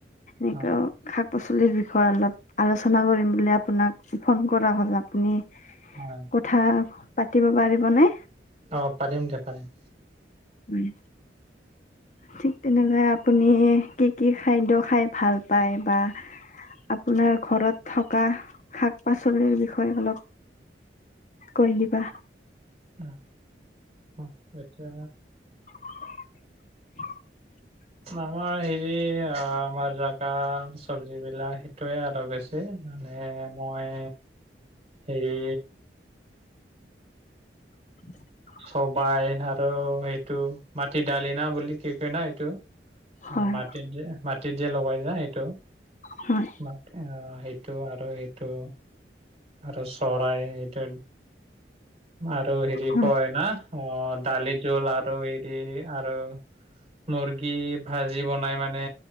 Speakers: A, on the left (about 45°); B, on the right (about 35°).
A: নিকাও
B: অ
A: শাক পাচলিৰ বিষয়ে অলপ আলোচনা কৰিম বুলি আপোনাক ফোন কৰা হ'ল আপুনি,,,
B: হয়ঁ।
A: কথা পাতিব পাৰিবনে?
B: অঁ পাৰিম দে, পাৰিম।
A: উমঁ ঠিক তেনেকাই আপ আপুনি কি কি খাদ্য খাই ভাল পায় বা? আপোনাৰ ঘৰত থকা শাক পাচলিৰ বিষয়ে অলপ কৈ দিবা।
B: অ অ আচ্ছা।
A: <unintelligible>
B: আমাৰ হেৰি অ' আমাৰ জাগা চবজি বিলাক টোৱে আৰু বেছি মানে মই হেৰি
A: <inaudible>
B: চবাই আৰু সেইটো, মাটি দালিনা বুলি কি কয় না এইটো। অ',
A: হয়
B: মাটিত যে মাটিত যে লগাই যে সেইটো।
A: হয়
B: <unintelligible> অ', সেইটো আৰু এইটো। আৰু চৰাই, এইটো আৰু হেৰি
A: হয়
B: কয় না', অ', দালি জোল আৰু এৰি আৰু মুৰ্গী ভাজি বনাই মানে